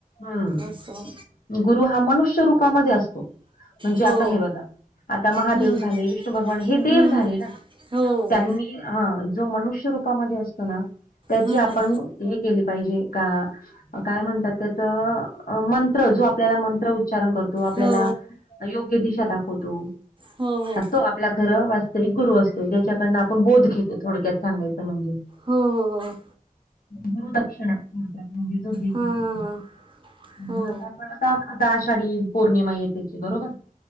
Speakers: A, on the left; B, on the right.
A: हम्
B: असं
A: गुरु हा मनुष्य रूपामध्ये असतो, म्हणजे
B: हो
A: आता हे बघा आता महादेव
B: हम्म,
A: झाले, विष्णू भगवान हे
B: हम्म,
A: देव झाले ना.
B: हो
A: त्यांनी हा.. जो मनुष्य रूपामध्ये असतो ना, त्याची
B: हम्म,
A: आपण हे केली पाहिजे का? काय म्हणतात त्याचं अ.. मंत्र जो आपल्याला मंत्र उच्चारण करतो, आपल्याला
B: हो
A: योग्य दिशा दाखवतो..
B: हो हो हो
A: तो आपला खरं वास्तविक गुरु असतो, ज्याच्याकडनं आपण बोध घेतो थोडक्यात सांगायचं म्हणजे
B: हो.. ओ..
A: गुरु दक्षिणा.. थोडक्यात म्हणजे जो देत
B: हां
A: तो.. मग
B: हो
A: आता पण आता.. आता आषाढी.. पौर्णिमा येते की बरोबर